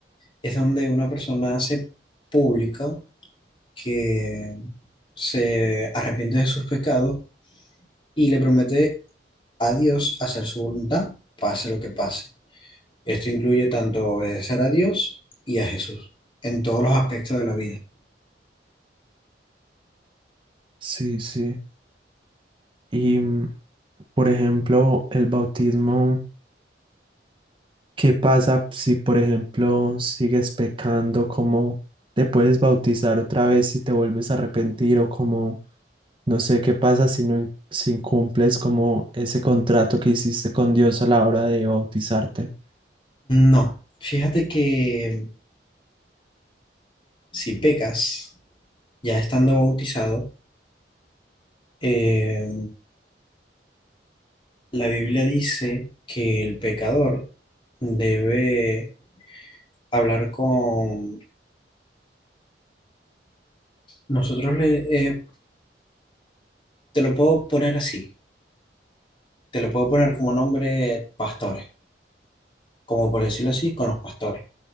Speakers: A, on the left; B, on the right.
A: es donde una persona hace pública que se arrepiente de sus pecados y le promete a Dios hacer su voluntad, pase lo que pase. Esto incluye tanto obedecer a Dios y a Jesús en todos los aspectos de la vida.
B: Sí, sí. Y, mm, por ejemplo, el bautismo, ¿qué pasa si, por ejemplo, sigues pecando? ¿Cómo te puedes bautizar otra vez si te vuelves a arrepentir o como, no sé, qué pasa si no in- si incumples como ese contrato que hiciste con Dios a la hora de bautizarte?
A: No, fíjate que si pecas ya estando bautizado, eh, La Biblia dice que el pecador debe hablar con... Nosotros le, eh, te lo puedo poner así, te lo puedo poner como nombre pastores, como por decirlo así, con los pastores.